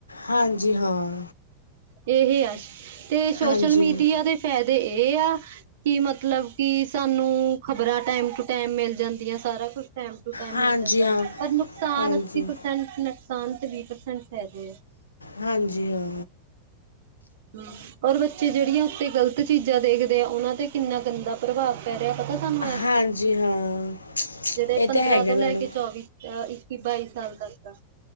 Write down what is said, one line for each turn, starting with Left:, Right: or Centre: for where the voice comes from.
Left: ਹਾਂਜੀ ਹਾਂ।
Right: ਏਹੇ ਆ ਤੇ ਸੋਸ਼ਲ
Left: ਹਾਂਜੀ
Right: ਮੀਡੀਆ ਦੇ ਫਾਇਦੇ ਏਹ ਆ ਕੀ ਮਤਲਬ ਕਿ ਸਾਨੂੰ ਖਬਰਾਂ ਟੈਮ ਟੂ ਟੈਮ ਮਿਲ ਜਾਂਦੀਆਂ ਸਾਰਾ ਕੁ ਟੈਮ ਟੂ
Left: ਹਾਂਜੀ
Right: ਮਿਲ ਜਾਂਦਾ‌
Left: ਹਾਂ
Right: ਪਰ ਨੁਕਸਾਨ
Left: ਹਾਂਜੀ
Right: ਅੱਸੀ ਪ੍ਰਸੈਂਟ ਨੁਕਸਾਨ ਤੇ ਵੀਹ ਪ੍ਰਸੈਂਟ ਫਾਇਦੇ ਆ।
Left: ਹਾਂਜੀ, ਹਾਂ।
Right: ਹਾ ਔਰ ਬੱਚੇ ਜਿਹੜੀਆਂ ਉੱਤੇ ਗ਼ਲਤ ਚੀਜ਼ਾਂ ਦੇਖਦੇ ਆ ਉਨਾ ਤੇ ਕਿੰਨਾ ਗੰਦਾ ਪ੍ਰਭਾਵ ਪੈ ਰਿਹਾ ਪਤਾ ਤੁਹਾਨੂੰ ਏਸ
Left: ਹਾਂਜੀ
Right: ਬਾਰੇ
Left: ਹਾਂ
Right: ਜਿਹੜੇ
Left: ਇਹ
Right: ਪੰਦਰਾਂ
Left: ਤਾਂ ਹੈਗਾ
Right: ਤੋਂ ਲੈ
Left: ਮੈਡਮ
Right: ਕੇ ਚੌਵੀ। ਇੱਕੀ, ਬਾਈ ਸਾਲ ਤੱਕ ਆ,